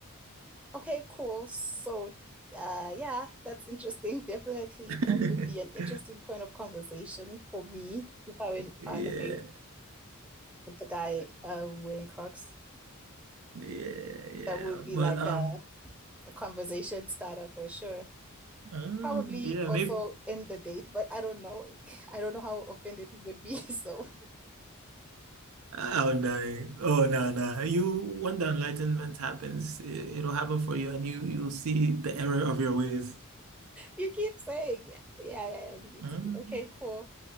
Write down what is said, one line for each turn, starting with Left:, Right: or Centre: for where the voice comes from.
Centre: Okay, cool. So, uh, yeah, that's interesting. Definitely,
Right: <laughs>
Centre: that would be an interesting point of conversation for me if I went
Right: Yeah.
Centre: on a date with the guy uh wearing Crocs.
Right: Yeah, yeah.
Centre: That would be
Right: But
Centre: like
Right: uh
Centre: a, a conversation starter for sure.
Right: mm,
Centre: Probably
Right: yeah,
Centre: also
Right: maybe
Centre: end the date, but I don't know. <laughs> I don't know how offended he would be. <laughs> So
Right: oh no. Oh no, no. You when the enlightenment happens, it, it'll happen for you and you you'll see the error of your ways.
Centre: you keep saying, yeah, yeah, yeah, yeah, you need
Right: Mm.
Centre: to be okay, cool.